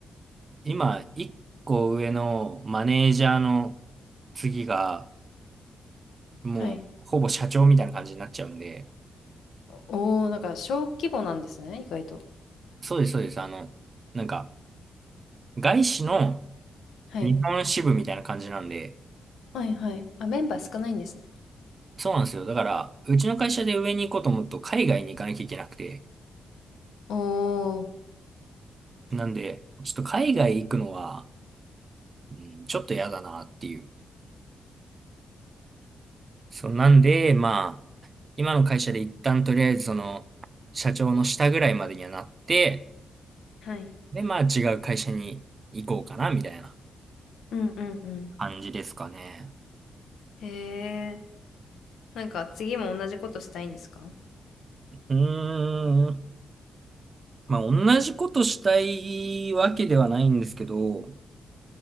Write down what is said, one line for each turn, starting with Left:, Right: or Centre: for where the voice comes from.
Right: 今一個上のマネージャーの次がもうほぼ社長みたいな感じになっちゃうんで、
Left: はい。おお、なんか小規模なんですね、意外と。
Right: そうです、そうです。あの、なんか外資の
Left: はい。
Right: 日本支部みたいな感じなんで、
Left: はいはい。あ、メンバー少ないんですね。
Right: そうなんですよ。だから、うちの会社で上に行こうと思うと海外に行かなきゃいけなくて、
Left: お
Right: なんで、ちょっと海外行くのは、うん、ちょっと嫌だなっていう。そう、なんで、まあ、今の会社で一旦とりあえずその、社長の下ぐらいまでにはなって、
Left: はい。
Right: で、まあ違う会社に行こうかな、みたいな
Left: うんうんうん。
Right: 感じですかね。
Left: へえ。なんか次も同じことしたいんですか
Right: うーん。まあ同じことしたいわけではないんですけど、ま